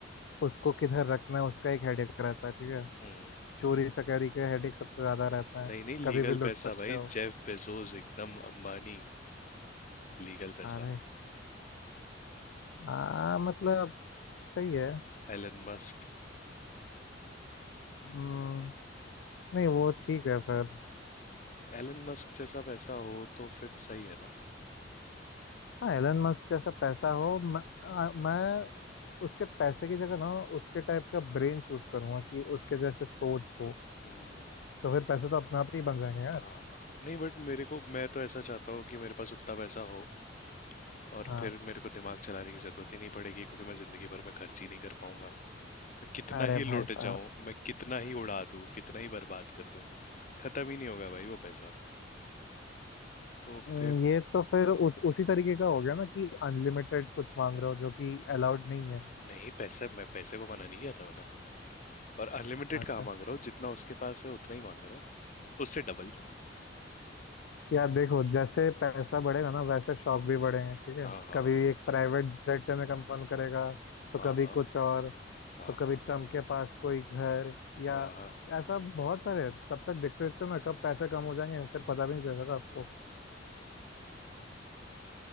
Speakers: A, on the left; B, on the left.
A: उसको किधर रखना है उसका एक हेडेक रहता है ठीक है
B: हम्म,
A: चोरी चकारी के हेडेक सबसे ज़्यादा रहता है
B: नहीं नहीं
A: कभी
B: लीगल
A: भी लुट
B: पैसा
A: सकते
B: भाई
A: हो
B: जेफ बेजोस एकदम अंबानी लीगल पैसा
A: अरे हाँ मतलब सही है
B: Elon Musk
A: हम्म, नहीं वो ठीक है फिर
B: एलन मस्क जैसा पैसा हो तो फिर सही है ना
A: हाँ एलन मस्क जैसा पैसा हो मैं, आ, मैं उसके पैसे की जगह ना उसके टाइप का ब्रेन चूज करूंगा कि उसके जैसे सोच हो
B: हम्म,
A: तो फिर पैसे तो अपने आप ही बन जाएंगे यार
B: हाँ नहीं बट मेरे को मैं तो ऐसा चाहता हूँ कि मेरे पास उतना पैसा हो और
A: हाँ
B: फिर मेरे को दिमाग चलाने की जरूरत ही नहीं पड़ेगी क्योंकि मैं जिंदगी भर में खर्च ही नहीं कर पाऊंगा मैं कितना
A: अरे
B: ही लुट
A: भाई साहब
B: जाऊं मैं कितना ही उड़ा दूं कितना ही बर्बाद कर दूं खत्म ही नहीं होगा भाई वो पैसा तो
A: हम्म,
B: फिर
A: ये तो फिर उस उसी तरीके का हो गया ना कि अनलिमिटेड कुछ मांग रहे हो जो कि अलाउड नहीं है
B: नहीं पैसे मैं पैसे को मना नहीं किया था मैंने और अनलिमिटेड
A: अच्छा
B: कहाँ मांग रहा हूँ जितना उसके पास है उतना ही मांग रहा हूँ उससे डबल
A: यार देखो जैसे पैसा बढ़ेगा ना वैसे शौक भी बढ़ेंगे ठीक है
B: हाँ हाँ
A: कभी एक प्राइवेट जेट लेने का मन करेगा तो
B: हाँ
A: कभी कुछ और
B: हाँ
A: तो कभी
B: हाँ
A: ट्रम्प के पास कोई घर या
B: हाँ हाँ
A: ऐसा बहुत सारे हैं तब तक देखते देखते ना कब पैसे कम हो जाएंगे फिर पता भी नहीं चलेगा आपको